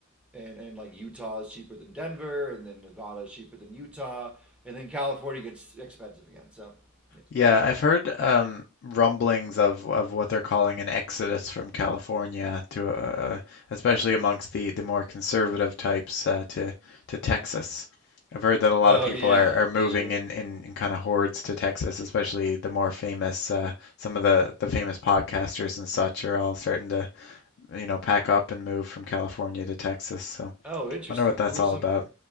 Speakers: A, in the centre; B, on the left.
A: and and like Utah is cheaper than Denver, and then Nevada is cheaper than Utah, and then California gets expensive again. So, yeah.
B: Yeah, I've heard um, rumblings of, of what they're calling an exodus from California to, uh, especially amongst the, the more conservative types uh, to to Texas. I've heard that a lot
A: Oh
B: of people
A: yeah,
B: are, are moving
A: sure.
B: in, in, in kind of hordes to Texas, especially the more famous, uh, some of the, the famous podcasters and such are all starting to, you know, pack up and move from California to Texas. So,
A: Oh, interesting.
B: wonder what that's
A: Who are
B: all
A: some?
B: about.